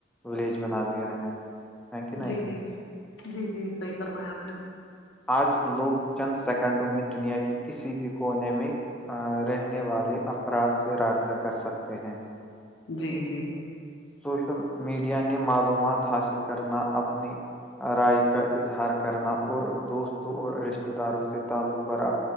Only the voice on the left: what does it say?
جی جی جی جی صحیح فرمایا آپ نے
جی جی